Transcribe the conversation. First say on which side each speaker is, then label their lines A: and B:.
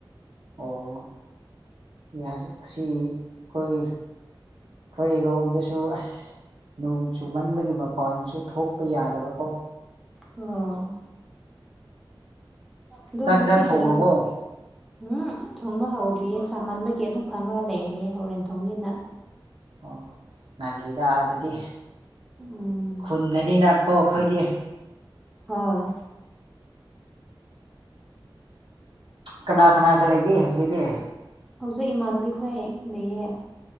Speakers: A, on the right (about 85°); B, in the centre.
A: ꯑꯣ ꯌꯥꯖꯦ ꯑꯁꯤ ꯈꯣꯏ ꯈꯣꯏ ꯔꯣꯝꯗꯁꯨ ꯑꯁ ꯅꯣꯡ ꯆꯨꯃꯟꯕꯒꯤ ꯃꯄꯥꯟꯁꯨ ꯊꯣꯛꯄ ꯌꯥꯗꯕꯀꯣ
B: ꯑꯣ ꯑꯗꯨ
A: ꯆꯥꯛ
B: ꯉꯁꯤ
A: ꯏꯟꯖꯥꯡ ꯊꯣꯡꯔꯕꯣ
B: ꯀꯔꯤ ꯃꯠ ꯎꯝ ꯊꯣꯡꯕ ꯍꯧꯗ꯭ꯔꯤꯌꯦ ꯁꯥꯃꯟꯕꯒꯤ ꯑꯗꯨꯝ ꯐꯝꯂꯒ ꯂꯩꯔꯤꯌꯦ ꯍꯣꯔꯦꯟ ꯊꯣꯡꯅꯤꯅ
A: ꯑꯣ ꯉꯜꯂꯤꯗꯥ ꯑꯗꯨꯗꯤ
B: ꯎꯝ
A: ꯈꯨꯟꯗꯅꯤꯅ ꯀꯣ ꯑꯈꯣꯏꯗꯤ
B: ꯍꯣꯏ
A: ꯀꯅꯥ ꯀꯅꯥꯒ ꯂꯩꯒꯦ ꯍꯧꯖꯤꯛꯇꯤ
B: ꯍꯧꯖꯤꯛ ꯏꯃꯥꯟꯅꯕꯤꯈꯣꯏ ꯂꯩꯌꯦ